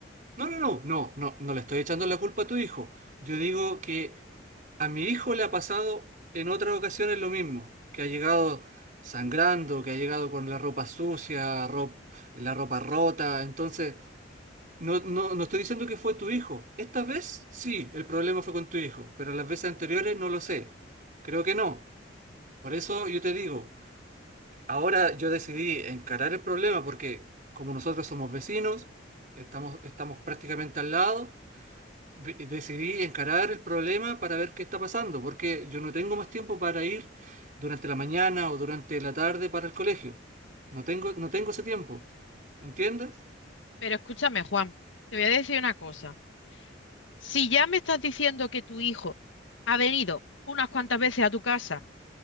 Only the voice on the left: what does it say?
Pero escúchame, Juan, te voy a decir una cosa. Si ya me estás diciendo que tu hijo ha venido unas cuantas veces a tu casa,